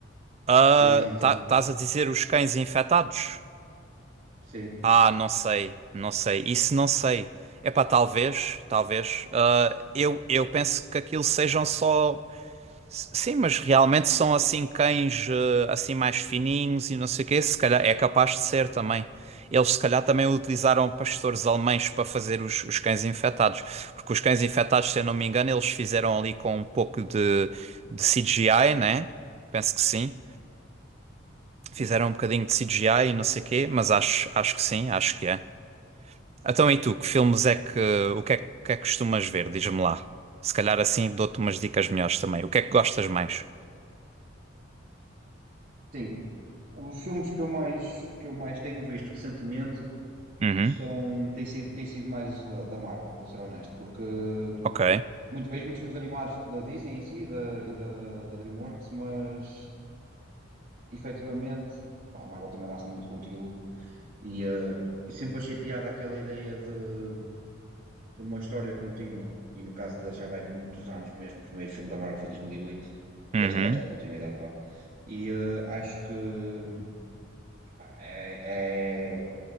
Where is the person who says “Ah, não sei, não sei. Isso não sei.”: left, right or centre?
Right